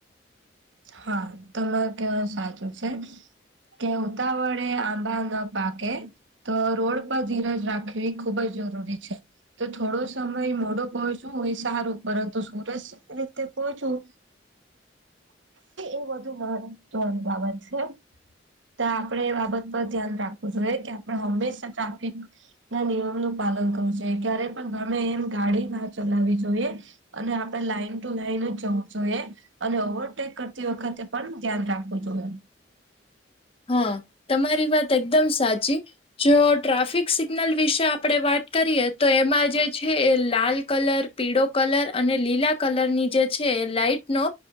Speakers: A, on the right; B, on the left.
A: હા તમારુ કેવા નું સાચું છે. કે ઉતાવળે આંબા ન પાકે. તો રોડ પર ધીરજ રાખવી ખુબ જ જરૂરી છે. તો થોડો સમય મોડો પહોંચવું હોય સારું પરંતુ સુરત રીતે પહોંચવું. એ વધુ મહત્વની બાબત છે. તો આપણે એ બાબત પર ધ્યાન રાખવું જોઈએ કે આપડ હંમેશા ટ્રાફિક. ના નિયમ નું પાલન કરવું જોઈએ ક્યારે પણ ગમે એમ ગાડી ના ચલાવી જોઈએ. અને આપડે લાાઈન ટુ લાાઈન જ જવું જોઈએ અને ઓવર. ટેક કરતી વખતે પણ ધ્યાન રાખવું જોઈએ.
B: હા તમારી વાત એકદમ સાચી. જો ટ્રાફિક સિગ્નલ વિશે આપડે વાત કરીએ તો એમાં જે છે એ લાલ કલર. પીળો કલર અને લીલા કલરની જે છે લાઈટનો.